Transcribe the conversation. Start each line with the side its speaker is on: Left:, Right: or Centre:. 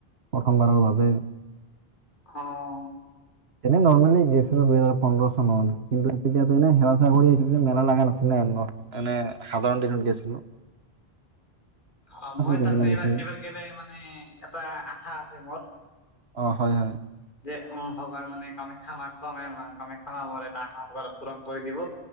Right: প্ৰথমবাৰৰ বাবে।
Left: অ'
Right: এনেই নৰ্মেলি গৈছিলোঁ। দুহেজাৰ পোন্ধৰ চনত কিন্তু তেতিয়া এনে সেৱা চেৱা কৰি আছিলোঁ মেলা চেলা লগা নাছিলে। মানে সাধাৰণ দিনত গৈছিলোঁ।
Left: <inaudible> অ মই
Right: সেইদিনা
Left: তাৰমানে
Right: গৈছিলো
Left: এইবাৰ এইবাৰ গেলে মানে এটা আশা আছে মোৰ।
Right: অ হয় হয়।
Left: যে অ ভগৱানে কামাখ্যা মাক কমে মা কামাখ্যা মা মোৰ এটা আশা পূৰণ কৰি দিব।